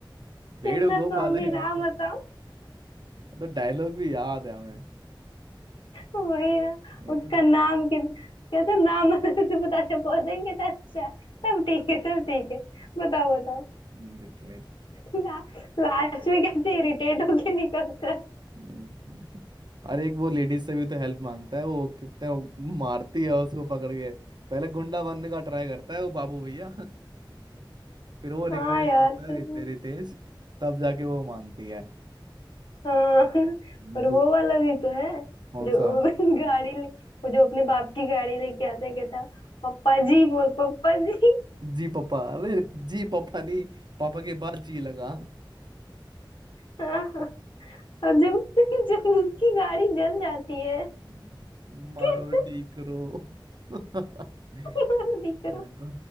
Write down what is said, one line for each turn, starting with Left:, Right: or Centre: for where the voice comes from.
Right: वेणु
Left: चिन्ना
Right: गोपाल
Left: स्वामी
Right: है <laughs>
Left: राम बताओ
Right: तो डायलॉग भी याद है हमें
Left: वही ना
Right: ये
Left: उसका
Right: तो
Left: नाम कि कहते हैं, नाम बताते तो बताते पहुंचेंगे तो अच्छा तब ठीक है तब ठीक है बताओ बताओ
Right: <laughs> निकले
Left: ला, लास्ट में कैसे इरिटेट होके निकलता है
Right: हम्म। और एक वो लेडीज से भी तो हेल्प मांगता है वो कितने वो मारती है उसको पकड़ के पहले गुंडा बनने का ट्राई करता है वो बाबू भैया फिर वो रिक्वेस्ट
Left: हाँ यार
Right: करता
Left: सही
Right: है रिते
Left: है।
Right: रितेश तब जाके वो मानती है
Left: हाँ
Right: मूवी
Left: और वो वाला भी तो है
Right: कौन
Left: जो
Right: सा
Left: वो <laughs> गाड़ी ले वो जो अपने बाप की गाड़ी लेके आता है कहता पप्पा जी बोल पप्पा जी
Right: जी पापा अरे जी पापा नहीं पापा के बाद जी लगा
Left: <laughs> और जब <laughs> जब उसकी गाड़ी जल जाती है
Right: हम्म। मारो
Left: कहते
Right: डी करो मैं
Left: "तुम्हारा दिख रहा
Right: तो